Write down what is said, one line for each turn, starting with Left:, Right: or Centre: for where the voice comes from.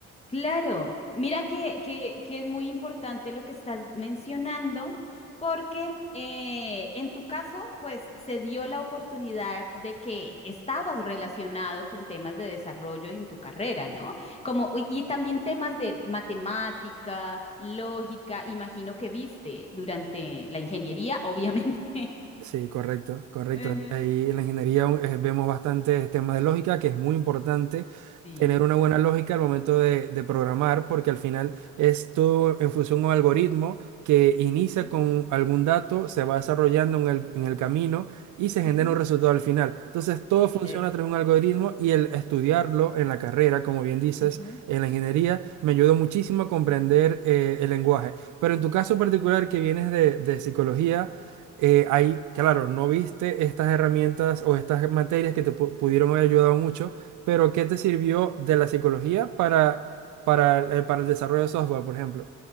Left: Claro, mira que, que- que es muy importante lo que estás mencionando, porque eh, en tu caso, pues se dio la oportunidad de que estabas relacionado con temas de desarrollo en tu carrera, ¿no? Como, y, y también temas de matemática, lógica, imagino que viste durante la ingeniería, obviamente.
Right: Sí, correcto, correcto.
Left: <laughs> Ujú.
Right: Ahí en la ingeniería eh, vemos bastantes temas de lógica, que es muy importante
Left: Sí.
Right: tener una buena lógica al momento de, de programar, porque al final es todo en función a un algoritmo que inicia
Left: Ujú,
Right: con algún dato, se va desarrollando en el, en el camino y se
Left: ujú.
Right: genera un resultado al final. Entonces, todo
Left: Sí,
Right: funciona
Left: claro.
Right: a través de un algoritmo y el estudiarlo en la carrera, como bien dices,
Left: Ujú.
Right: en la ingeniería, me ayudó muchísimo a comprender eh, el lenguaje. Pero en tu caso particular, que vienes de de psicología, eh, ahí, claro, no viste estas herramientas o estas materias
Left: Sí.
Right: que te pu- pudieron haber ayudado mucho, pero ¿qué te sirvió de la psicología para, para, el- para el desarrollo de software, por ejemplo?